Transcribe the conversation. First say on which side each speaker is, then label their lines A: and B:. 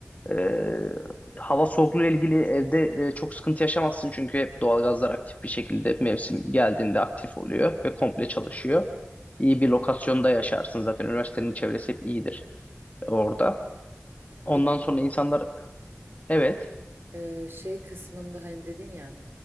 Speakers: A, on the left; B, on the right.
A: E, hava soğukluğu ile ilgili evde e, çok sıkıntı yaşamazsın çünkü hep doğalgazlar aktif bir şekilde mevsim geldiğinde aktif oluyor ve komple çalışıyor. İyi bir lokasyonda yaşarsın zaten üniversitenin çevresi hep iyidir orada. Ondan
B: Peki
A: sonra insanlar evet
B: e, şey kısmında hani dedin ya